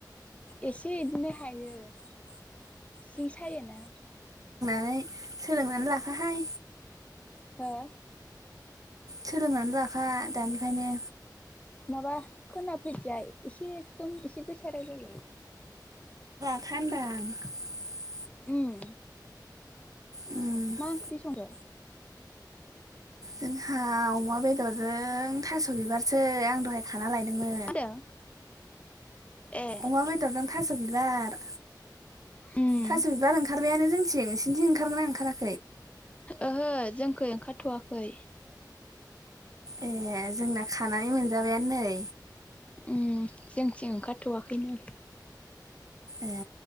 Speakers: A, on the left; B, on the right.
A: एसे इदिनो हायो सिं सायोना
B: नै सोलोंनानै लाखाहाय
A: हो
B: सोलोंनानै लाखा दानिफ्रायनो
A: माबा खोनाफैदिआ एसे एकदम एसे गोसा रायलायलाय
B: <unintelligible>
A: ओम
B: जोंहा
A: मा ओंख्रि संखो?
B: जोंहा अमा बेदरजों थास बिबारसो आं दहाय खाना लायदोंमोन।
A: मा होनदों ए
B: अमा बेदरजों थास बिबार
A: उम
B: थास बिबार ओंखारबायानो जोंथिं नोंसिनिथिं ओंखारदोंना ओंखारा।
A: ओहो जोंनिखै ओंखारथवाखै
B: ए जोंना खानानै मोनजाबायानो नै।
A: ओम जोंथिं ओंखारथवाखैनो।
B: ए